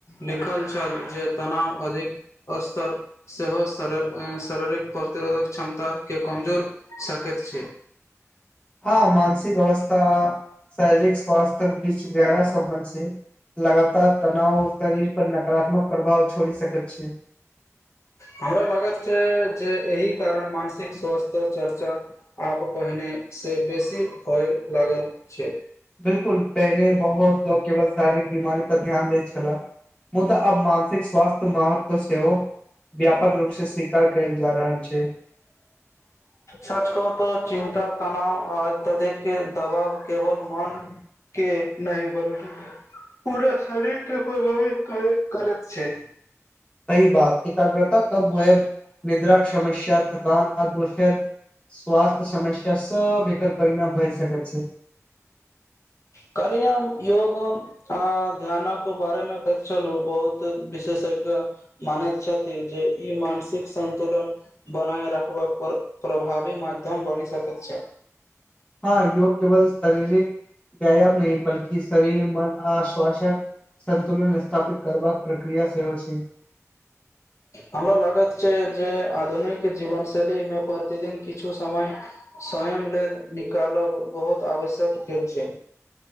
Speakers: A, on the left; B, on the left.
A: लिखल छल जे तनाव अधिक स्तर सेहो शर शारीरिक प्रतिरोधक क्षमता के कमजोर सकैत छै
B: हँ मानसिक अवस्था आ शारीरिक स्वास्थक बीच गहरा संबन्ध छै लगातार तनाव शरीर पर नकाराात्मक प्रभाव छोइड़ सकैत छै
A: हमरा लागैत छै जे एहि कारण मानसिक स्वास्थ्य चर्चा आब पहिने से बेसी होय लागल छै
B: बिलकुल पहिने बहुत लोग केवल शारीरिक बीमारी पर ध्यान दैत छलाह मुदा आब मानसिक स्वास्थ्य महत्व सेहो व्यापक रूपसे सि कार्य करैत जा रहल छैय
A: सच कहु तऽ चिन्ता तनाव आ ततेके दबाव केवल मन के नहि <unintelligible> पूरा शरीर के कोइ <unintelligible> करैत छै
B: सही बात एकाग्रता कम होए निद्राक समस्या थकान दोसर स्वास्थ समस्या सब एकर परिणाम भए सकैत छै
A: काइलिये हम योग आ ध्यानक बारे मे बताउलु बहुत विशेषज्ञ मानैत छथि जे ई मानसिक संतुलन बनाए रखबाक पर प्रभाव कभी माध्यम बनि सकैत छै
B: हँ योग केवल शारीरिक व्यायाम नहि बल्कि शरीर मन आश्वासन सन्तुलन स्थापित करबाक प्रक्रिया सेहो छैक
A: हमरा लागैत जे आधुनिक जीवन शैलीमे प्रतिदिन किछु समय स्वयं लेल निकालब बहुत आवश्यक कयल छैक